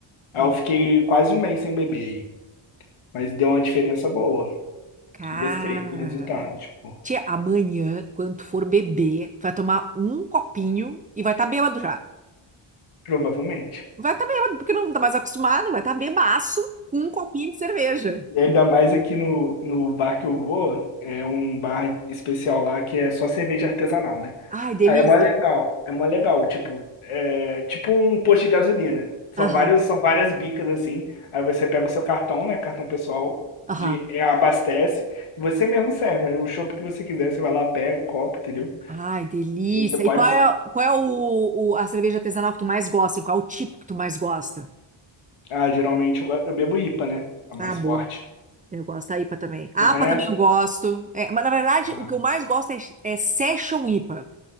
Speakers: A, on the left; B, on the right.
A: Aí
B: Entendi.
A: eu fiquei quase um mês sem beber aí. Mas deu uma diferença boa.
B: Cara.
A: Eu gostei do resultado, tipo,
B: Tia, amanhã, quando tu for beber, tu vai tomar um copinho e vai estar tá bêbado já.
A: provavelmente.
B: Vai estar tá bêbado, porque não tá mais acostumado, vai estar tá bebaço com um copinho de cerveja.
A: E ainda mais aqui no, no bar que eu vou, é um bar especial lá que é só cerveja artesanal, né?
B: Ai, delícia.
A: Aí é mó legal, é mó legal, tipo, é tipo um posto de gasolina. São
B: Aham,
A: vários, são várias bicas assim. Aí você pega o seu cartão, né? Cartão pessoal,
B: aham.
A: de, é, abastece, e você mesmo serve. né? O chopp que você quiser, você vai lá, pega o copo, entendeu?
B: Ai, delícia.
A: Aí você pode.
B: E qual é, qual é o, o- a cerveja artesanal que tu mais gosta? Qual é o tipo que tu mais gosta?
A: Ah, geralmente eu, go- eu bebo IPA, né? A mais
B: Ah, boa.
A: forte.
B: Eu gosto da IPA também. A
A: Você conhece?
B: APA também eu gosto. É, mas, na verdade,
A: Ah,
B: o que eu mais gosto é, é Session IPA.